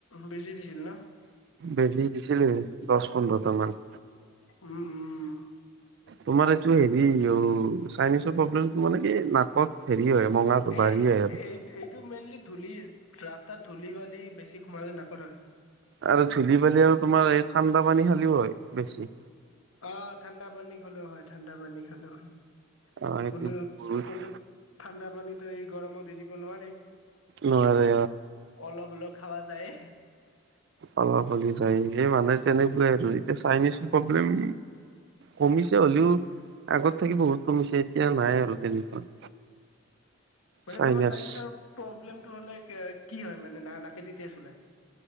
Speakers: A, on the left; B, on the right.
A: বেজি দিছিল ন
B: বেজি দিছিলে। দহ পোন্ধৰতামান।
A: উম উম।
B: তোমাৰ এইটো হেৰি অ চাইন্সৰ প্ৰব্লেমটো মানে কি নাকত- হয় মঙাটো বাঢ়ি
A: এ
B: আহে আৰু
A: এই এইটো মেইনলি ধূলি- ৰাস্তা ধূলি-বালি- বেছি সোমালে নাকট হয়।
B: আৰু ধূলি বালি আৰু তোমাৰ এই ঠাণ্ডা পানী খালেও হয় বেছি।
A: অ ঠাণ্ডা পানী খালেও হয়। ঠাণ্ডা পানী খালে হয়
B: আহ সেইটো
A: কোনটো
B: বহুত
A: কোনটো ঠাণ্ডা পানীত- ত এই গৰমত- নোৱাৰে
B: নোৱাৰে
A: অলপ অলপ - খাবা যায়
B: অলপলি যায় স মানে তেনেকুৱাই আৰু এতিয়া চাইনিচৰ প্ৰব্লেম কমিছে হ'লেও আগত থাকি বহুত কমিছে এতিয়া নাই আৰু তেনেকুৱা
A: মানে
B: চাইনাছ
A: তোমাৰ চাইনিছৰ প্ৰব্লেম হ'লে এ কি হয় মানে নাকেদি তেজ ওলাই